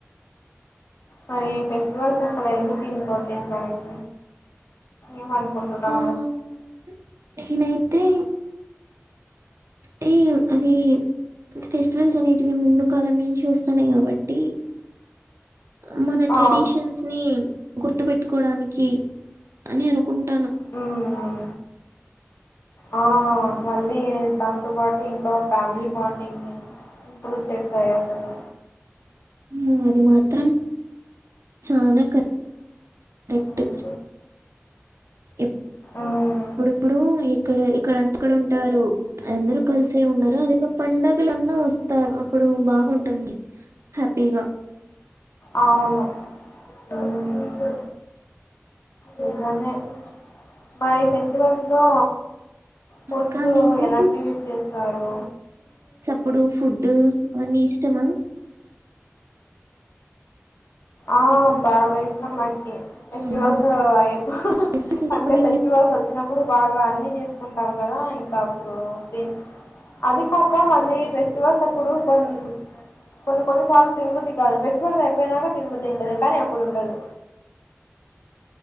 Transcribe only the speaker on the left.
మరి ఫెస్టివల్స్ అసల ఎందుకు ఇంపార్టెంట్ ఆట్ ఏమంత కుంటన్నా
ఆ
మ్మ్ ఆ మళ్ళీ దాంతో పాటు ఇంకా ఫ్యామిలీ బాండింగ్ ని ఇంప్రూవ్ చేస్తాయి అసలు
మ్మ్
మ్మ్.
అవును ఉమ్ నిజమే మరి ఫెస్టివల్స్ లో ఫుడ్స్
ఎలాంటివి చేస్తారు
ఆ బాగా ఇష్టం నాక్ కి ఫెస్టివల్స్
అయి
అంటే
ఫెస్టివల్స్
వచ్చినప్పుడు బాగా అన్ని చేసుకున్ టాం కదా ఇంకా అప్పుడు తిన్ అది కాక మళ్ళీ ఫెస్టివల్స్ అప్పుడు కొన్ కొన్ని కొన్ని సార్లు తిన్బుద్ధి కాదు ఫెస్టివల్స్ అయిపోనాకా తిన్బుద్ధి అయితది కానీ అప్పుడు ఉండదు